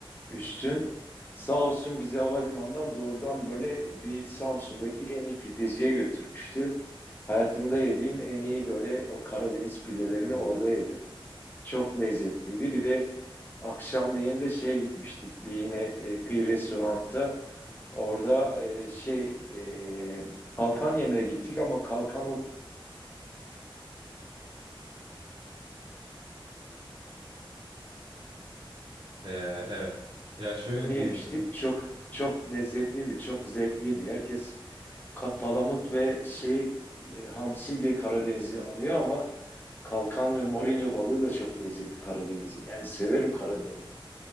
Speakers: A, on the left; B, on the right.
A: Üstün. Sağ olsun bizi havalimanından doğrudan böyle bir Samsun'daki en iyi pideciye götürmüştü. Hayatımda yediğim en iyi böyle o Karadeniz pidelerini
B: Oo.
A: orada yedim. Çok lezzetliydi. Bir de akşamleyin de şeye gitmiştik. Bir yine e, kıyı restoranta. Orada e, şey e, kalkan yemeye gittik ama kalkan olanı
B: Ee, evet. Ya şöyle
A: yemiştik.
B: diyebilirim.
A: Çok çok lezzetliydi, çok zevkliydi. Herkes ka- palamut ve şey e, hamsi diye Karadeniz'i anıyor ama kalkan ve morinyo balığı da çok lezzetli Karadeniz'in. Yani severim Karadeniz'i.